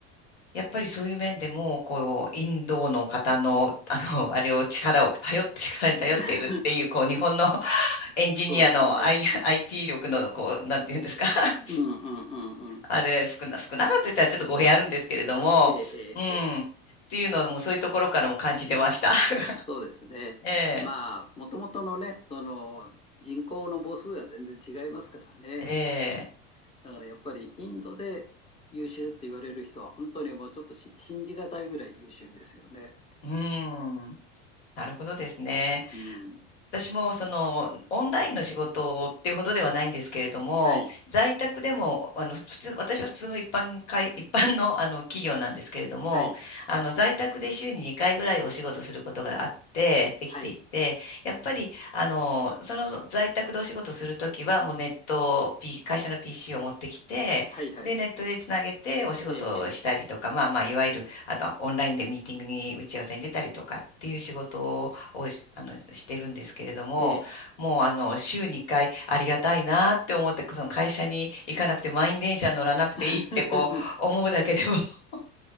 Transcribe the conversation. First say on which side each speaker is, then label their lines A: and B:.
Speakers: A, on the left (about 80°); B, on the left (about 20°).
A: やっぱりそういう面でも、こう、インドの方の、<laughs> あの、あれを力を頼って、力に頼っているっていう、
B: <laughs>
A: こう、日本の <laughs> エンジニアの、
B: そうですね。
A: I、IT 力の、こう、なんていうんですか <laughs>
B: うん、うん、うん、うん。
A: あれ、少な、少なさって言ったらちょっと語弊あるんですけれども、
B: ええ、ええ、
A: うん。
B: ええ。
A: っていうのもそういうところからも感じてました。<laughs>
B: そうですね。
A: え
B: まあ、もともとのね、その、人口の母数が全然違いますからね。
A: え、ええ、
B: だからやっぱりインドで優秀って言われる人は本当にもうちょっとし信じがたいぐらい優秀ですよね。
A: うん。なるほどですね。
B: うん。
A: 私もそのオンラインの仕事っていうほどではないんですけれども、
B: はい。
A: 在宅でもあの普通、私は普通の一般会、<laughs> 一般の、あの企業なんですけれども、
B: はい。
A: あの在宅で週に2回ぐらいお仕事することがあって、できていて、
B: はい。
A: やっぱりあのその在宅でお仕事するときは、もうネット P、会社の PC を持ってきて、
B: はい。はい。
A: で、ネットでつなげてお仕事をしたりとか、
B: ええ。ええ。
A: まあまあ、いわゆるあのオンラインでミーティングに打ち合わせに出たりとかっていう仕事をし、あの、してるんですけれども、
B: ええ
A: もうあの、週2回ありがたいなって思って、その会社に行かなくて満員電車乗らなくていいってこう思うだけでも、
B: <laughs>
A: <laughs>